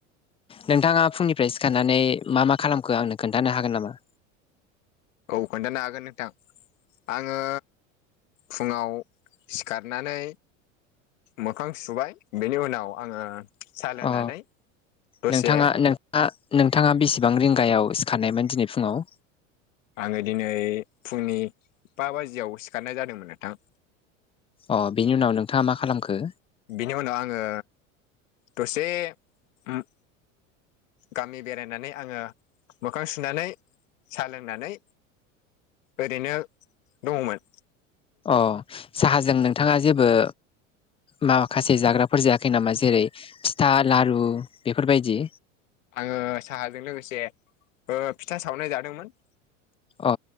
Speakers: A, on the left (about 15°); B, on the left (about 75°).
A: नोंथाङा फुंनिफ्राय सिखारनानै मा मा खालामखो आंनो खोन्थानो हागोन नामा।
B: औ खोन्थानो हागोन नोंथां आङो फुङाव सिखारनानै मोखां सुबाय बेनि उनाव आङो साहा लोंनानै
A: अ
B: दसे
A: नोंथाङा नोंथाङा बेसेबां रिंगायाव सिखारनायमोन दिनै फुङाव?
B: आङो दिनै फुंनि बा बाजियाव सिखारनाय जादोंमोन नोंथां।
A: अ बिनि उनाव नोंथाङा मा खालामखो?
B: बिनि उनाव आङो दसे उम गामि बेरायनानै आङो मोखां सुनानै साहा लोंनानै ओरैनो दङमोन
A: अ साहाजों नोंथाङा जेबो माखासे जाग्राफोर जायाखै नामा जेरै फिथा लारु बेफोरबायदि
B: आङो साहाजों लोगोसे फिथा ओ सावनाय जादोंमोन
A: अ